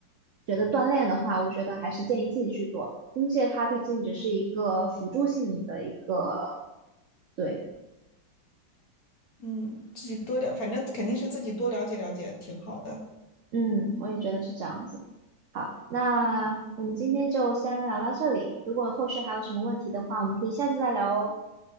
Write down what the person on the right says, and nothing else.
觉得锻炼的话，我觉得还是建议自己去做。中介它毕竟只是一个辅助性你的一个，对，
嗯，我也觉得是这样子。好，那我们今天就先聊到这里。如果后续还有什么问题的话，我们可以下次再聊哦。